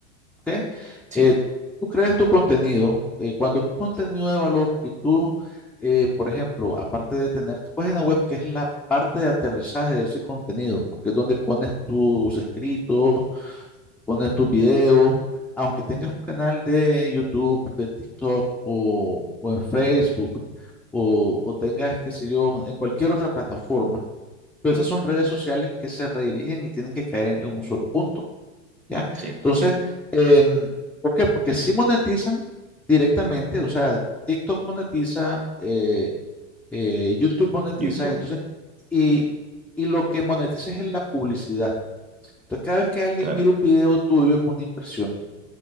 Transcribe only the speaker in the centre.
¿ok?
Eh, tú creas tu contenido, eh, cuando es contenido de valor y tú, eh, por ejemplo, aparte de tener tu página web, que es la parte de aterrizaje de ese contenido, porque es donde pones tus escritos, pones tus videos, aunque tengas un canal de YouTube, de TikTok o, o en Facebook, o, o tengas, qué sé yo, en cualquier otra plataforma, todas esas son redes sociales que se redirigen y tienen que caer en en un solo punto. ¿ya?
Entonces,
em, ¿por qué? Porque si monetizan directamente, o sea, TikTok monetiza, eh, eh, YouTube monetiza,
y entonces, y,
y lo que monetiza es en la publicidad. Entonces, cada vez que alguien
mira un video tuyo es una impresión.